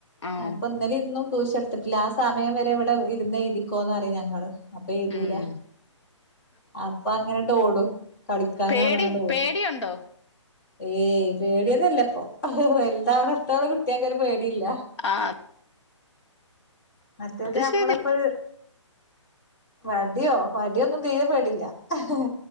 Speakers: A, on the left; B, on the left.
A: ആഹ്
B: ഞാൻ ഇപ്പൊ ഇന്നലെം ഇന്നും ടൂഷനെ ലാ സമയം വരെ ഇവിടെ ഇരുന്നെഴുതി ക്കോന്ന് പറിയ ഞങ്ങള് അപ്പൊ എഴുതൂല
A: ഉം
B: അപ്പൊ അങ്ങനെട്ട് ഓടും കളിക്കാനാർഞ്ഞ്ങ്ങാണ്ട്
A: പേടി
B: ഓടും
A: പേടിയൊണ്ടോ
B: ഏയ് പേടിയതല്ലേ ഹ് ഹ് വലുതാവുന്നിടത്തോളം കുട്ടിയൊക്കെ ഒരു പേടി ഇല്ല
A: ആഹ്
B: മറ്റേത്
A: അത്
B: നമ്മളക്കൊര്
A: ശരി
B: വട്യോ വടിയൊന്നും തീരെ പേടില്ല ഹ്ഹ